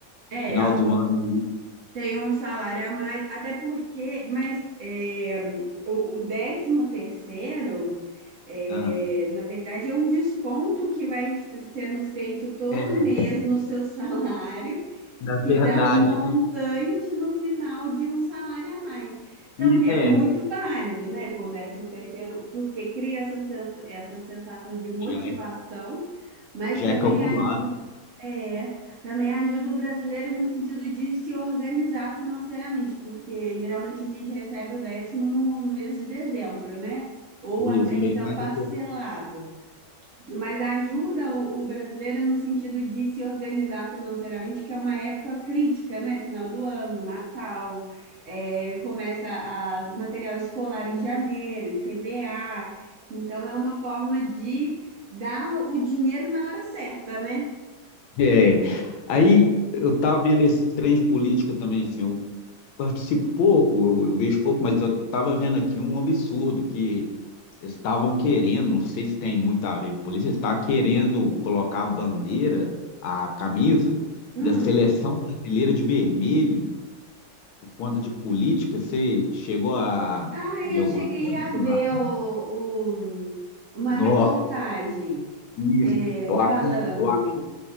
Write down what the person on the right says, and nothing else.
é,
a-
tem um salário a mais, até porque, mas é, o, o décimo terceiro. É,
na verdade, é um desconto que vai sendo feito todo
mês no seu <laughs> salário
que dá o montante
no final de um salário a mais. Então,
é
muito válido, né, por décimo terceiro, porque cria essa sensa- essa sensação de motivação,
mas
também
ajuda, é, também ajuda o brasileiro no sentido de se organizar financeiramente, porque geralmente a gente recebe o décimo no, no mês de dezembro, né? Ou
até então
parcelado
mas ajuda o, o brasileiro no sentido de se organizar financeiramente, que é uma época crítica, né? Final do ano, Natal, é, começa a material escolar em janeiro, IPVA. Então, é uma forma de dar o dinheiro na hora certa, né?
Hum.
Ah, eu
cheguei
a ver
o- o- uma
reportagem
é,
falando.